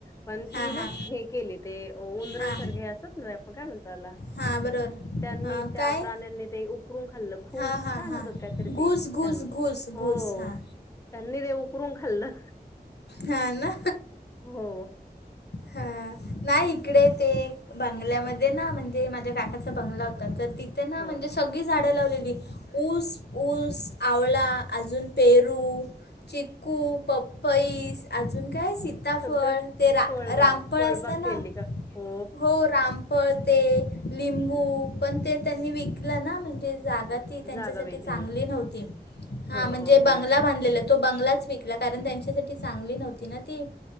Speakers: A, on the left; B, on the left.
A: पण
B: हां
A: ती ना
B: हां
A: हे केली ते उंदरांसारखे
B: हां
A: हे असतात ना आपण काय म्हणतो ह्याला
B: हां बरोबर.
A: त्यांनी
B: अं,
A: त्या
B: काय
A: प्राण्यांनी ते उब उकरून खाल्लं घूस
B: हां हां
A: काय म्हणतात
B: हां
A: काहीतरी
B: घूस
A: ते त्यांना
B: घूस घूस
A: हो
B: घूस हां
A: त्यांनी ते उखरून खाल्लं.
B: हा ना
A: हो
B: हा. नाही इकडे ते बंगल्यामध्ये ना म्हणजे माझ्या काकाचा बंगला होता तर ति ते ना
A: ह
B: म्हणजे सगळी झाडं लावलेली. ऊस ऊस आवळा अजून पेरू चिकू पप पईस अजून काय सी सीताफळ
A: सगळे
B: ते रा
A: फळबाग
B: रामफळ
A: फळबाग
B: असतं ना
A: केली का हो
B: हो राम फळते लिंबू पण ते त्यांनी विकलं ना म्हणजे जागा ति त्यांच्यासाठी
A: जागा विकली
B: चांगली नव्हती हा
A: हो
B: म्हणजे
A: हो
B: बंगला
A: हो
B: बांधलेला बंगलाच विकला त्यांच्या साठी चांगली नव्हती ना ती.